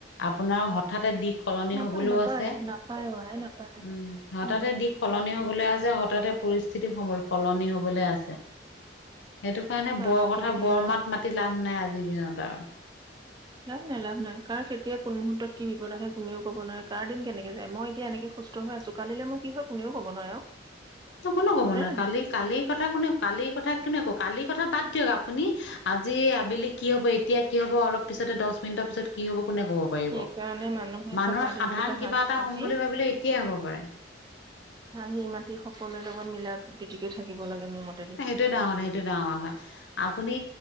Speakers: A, on the left; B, on the right.
A: আপোনাৰ হঠাতে দিশ সলনি
B: নাপায়
A: হবলৈও
B: নাপায়
A: আছে,
B: নাপায় আই নাপায়
A: উম হঠাতে
B: উম
A: দিশ সলনি হবলৈ আছে হঠাতে পৰিস্থিতি সমূল সলনি হবলৈ আছে। সেইটো কাৰণে
B: কাৰ
A: বৰ কথা
B: কেতিয়া
A: বৰ মাত মাতি লাভ নাই আজিৰ দিনত আৰু
B: লাভ নাই লাভ নাই কাৰ কেতিয়া কোন মুহুৰৰ্তত কি বিপদ আহে কোনেও ক'ব নোৱাৰে কাৰ দিন কেনেকে যায় মই এতিয়া এনেকে, সুস্থ হৈ আছো কালিলে মোৰ কি হয় কোনেও ক'ব নোৱাৰে আৰু
A: কোনো কবৰ
B: হয় নে
A: নোৱাৰে
B: নহয়
A: কালি, কালিৰ কথা কোনে কালিৰ কথা কোনে আকৌ কালিৰ কথা বাদ দিয়ক আপুনি, আজি আবেলি কি হব এতিয়া কি হ'ব অলপ পিছতে দহ মিনিটৰ পিছত কি হব কোনে ক'ব।
B: সেইকাৰণে মানুহে
A: মানুহৰ
B: থকা দিনকেইটা
A: সাধাৰণ কিবা
B: হাঁহি
A: এটা
B: মাতি
A: হম বুলি ভাবিলে এতিয়াই হ'ব পাৰে।
B: হাঁহি মাতি সকলোৰে লগত মিলাত পতিকে থাকিব লাগে মোৰ মতে।
A: সেইটোৱে ডাঙৰ কথা সেইটোৱে ডাঙৰ কথা আপুনি